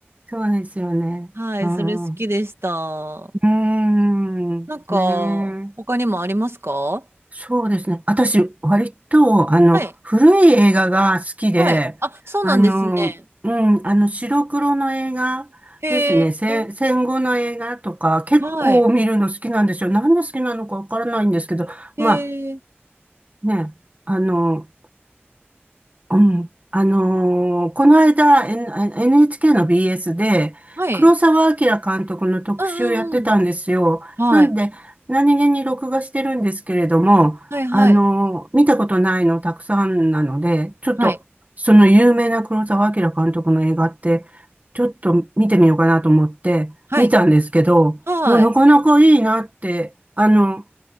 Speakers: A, on the right; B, on the right.
A: そうですよね。
B: はい、
A: うん。
B: それ好きでした。
A: うん。
B: なんか、
A: ねえ。
B: 他にもありますか
A: そうですね。私、割と、あの、
B: はい。
A: 古い映画が好きで、
B: はい。あ、そうなんですね。
A: あの、うん、あの、白黒の映画ですね。
B: へえ、
A: 戦戦後の映画とか、結構見るの好きなんですよ。
B: はい。
A: なんで好きなのかわからないんですけど、ま
B: へえ、
A: あ、ね、あの、うん。あのーこの間、N- NHK の BS で、
B: はい。
A: 黒澤明監督の特集やってたんですよ。
B: うんうんうん。はい。
A: なんで、何気に録画してるんですけれども、
B: はいはい。
A: あのー見たことないのたくさんなので、ちょっと、
B: はい。
A: その有名な黒澤明監督の映画って、ちょっと見てみようかなと思って、
B: はい。
A: 見たんですけど、
B: はい。
A: もうなかなかいいなって、あの、